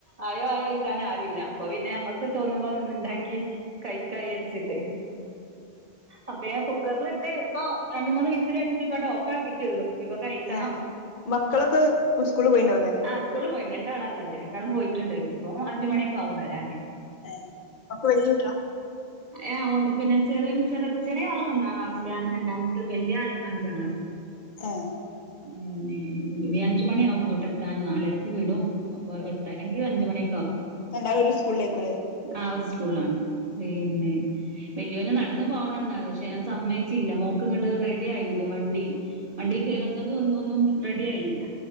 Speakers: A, on the right; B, on the left.
A: ആയോ ആയോ ചോയിക്കാൻ ആരുല്ല അപ്പൊ പിന്നെ നമ്മുക്ക് തോന്നുമ്പോ ണ്ടാക്കി കൈക ചാരിച്ചിട്ട് അപ്പൊ ഞാൻ കുക്കറില് ഇട്ട് ആ രണ്ട് മൂന്ന് വിസിലടിച്ചു ഇപ്പണ്ട് ഓഫ് കിട്ടിയുള്ളൂ ഇനിയിപ്പം കഴിക്കണം
B: ഏഹ് മക്കളൊക്കെ സ്കൂളിൽ പോയിണ്ടാവുല്ലേ
A: ആ സ്കൂളിൽ പോയി രണ്ടാള ഇള്ളത് രണ്ടാളും പോയിട്ടുണ്ട് ഇനീപ്പോ അഞ്ച് മണിയൊക്കെ ആകും വരാന്
B: ഏഹ് ഒക്കെ വല്ല്യ കുട്ടീളാ
A: എ ഓ പിന്നെ ചെറിയ ചെറ ചെറിയആള് ഒന്നാം ക്ലാസ്സിലാണ് രണ്ടാമത്തെ വലിയ ആള് അഞ്ചാം ക്ലാസ്സില്
B: ഏഹ്
A: മം ഇ ഇനി അഞ്ച് മണി ആവും ഇങ്ങോട്ട് എത്താൻ നാലരക്ക് വിടും അപ്പൊ എത്താണെങ്കിൽ അഞ്ച മണി
B: രണ്ടാളും ഒരു സ്കൂളിലേരിക്കും ലെ
A: ആ ഒരു സ്കൂളിലാണ് പീന്നെ വലിയോന് നടന്നു പോണംന്നാണ് പക്ഷെ ഞാൻ സമ്മയിചില്ല മോക്ക് ഇങ്ങോട്ട് റെഡി ആയില്ല വണ്ടി വണ്ടി ചേർന്നത് ഒന്നും ഒന്നും റെഡി ആയില്ല.